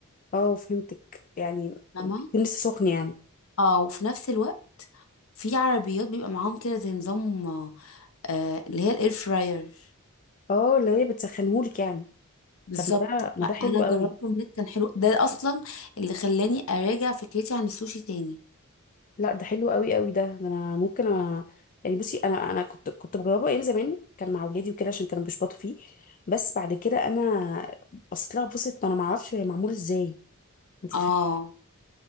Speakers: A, on the left; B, on the left.
A: اه فهمتك يعني
B: فاهمه
A: يكون لسه سخن يعني
B: اه وفي نفس الوقت في عربيات بيبقى معاهم كده زي نظام آه اللي هي الاير فراير
A: اه اللي هي بتسخنهولك يعني
B: بالظبط
A: طب ما ده ما ده حلو
B: انا جربته
A: قوي
B: هناك كان حلو ده اصلا اللي خلاني اراجع فكرتي عن السوشي تاني
A: لا ده حلو قوي قوي ده ده انا ممكن أ... يعني بصي انا انا كنت كنت بجربه ايام زمان كان مع اولادي وكده عشان كانوا بيشبطوا فيه بس بعد كده انا بصيت لها بصت ما انا ما اعرفش هي معمول ازاي انت
B: اه
A: فاهمه